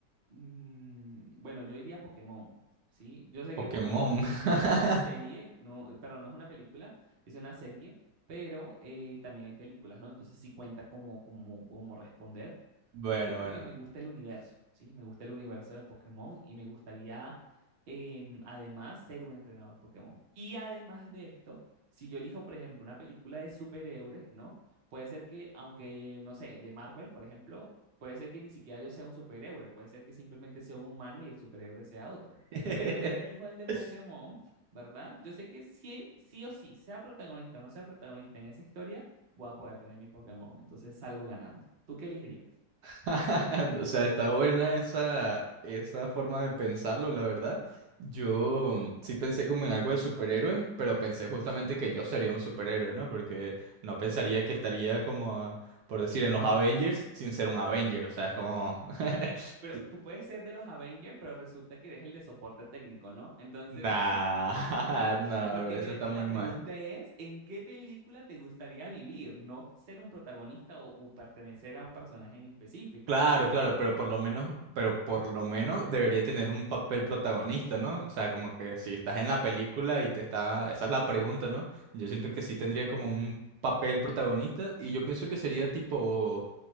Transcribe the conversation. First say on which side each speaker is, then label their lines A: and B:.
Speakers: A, on the right; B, on the right.
A: mm, bueno, yo diría Pokémon, ¿sí? Yo sé que
B: Pokémon.
A: Pokémon
B: <laughs>
A: no es una serie, no, perdón, no es una película, es una serie, pero eh, también hay películas, ¿no? Entonces sí cuenta como, como, como responder.
B: Bueno,
A: ¿Por qué? Porque
B: bueno.
A: me gusta el universo, ¿sí? Me gusta el universo de Pokémon y me gustaría, em, además, ser un entrenador Pokémon. Y además de esto, si yo elijo, por ejemplo, una película de superhéroes, ¿no? Puede ser que, aunque, no sé, de Marvel, por ejemplo, Puede ser que ni siquiera yo sea un superhéroe, puede ser que simplemente sea un humano y el superhéroe sea otro.
B: <laughs>
A: Pero si elijo el de Pokémon, ¿verdad? Yo sé que sí, sí o sí, sea protagonista o no sea protagonista en esa historia, voy a poder tener mi Pokémon. Entonces salgo ganando. ¿Tú qué elegirías?
B: <laughs> O sea, está buena esa, esa forma de pensarlo, la verdad. Yo mm, sí pensé como en algo de superhéroes, pero pensé justamente que yo sería un superhéroe, ¿no? Porque no pensaría que estaría como, por decir, en los Avengers sin ser un Avenger. O sea, es como... <laughs>
A: Imagina, pero tú puedes ser de los Avengers, pero resulta que eres el de soporte técnico, ¿no? Entonces,
B: Nah,
A: <laughs>
B: <laughs> nah,
A: porque
B: pero
A: mira
B: eso está
A: que
B: muy
A: la pregunta
B: mal.
A: es, ¿en qué película te gustaría vivir? No ser un protagonista o, o pertenecer a un personaje en específico.
B: Claro, claro, pero por lo menos, pero por lo menos debería tener un papel protagonista, ¿no? O sea, como que si estás en la película y te está, esa es la pregunta, ¿no? Yo siento que sí tendría como un papel protagonista y yo pienso que sería tipo,